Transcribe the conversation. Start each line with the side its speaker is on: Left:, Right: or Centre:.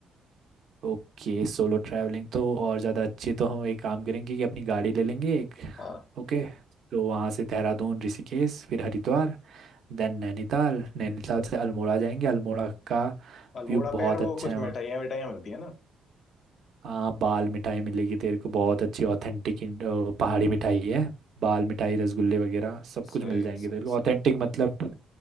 Right: ओके सोलो ट्रैवलिंग तो और ज़्यादा अच्छी तो हम एक काम करेंगे कि अपनी गाड़ी ले लेंगे एक
Left: हाँ
Right: ओके तो वहाँ से देहरादून ऋषिकेश फिर हरिद्वार देन नैनीताल नैनीताल से अल्मोड़ा जाएंगे अल्मोड़ा का
Left: अल्मोड़ा
Right: व्यू बहुत
Left: पे यार वो
Right: अच्छा
Left: कुछ
Right: है वहाँ
Left: मिठाइयाँ मिठाइयाँ मिलती है ना
Right: हाँ बाल मिठाई मिलेगी तेरे को बहुत अच्छी ऑथेंटिक पहाड़ी मिठाई है बाल मिठाई रसगुल्ले वगैरह सब कुछ
Left: सही
Right: मिल जाएंगे
Left: सही
Right: तेरे को
Left: सही
Right: ऑथेंटिक मतलब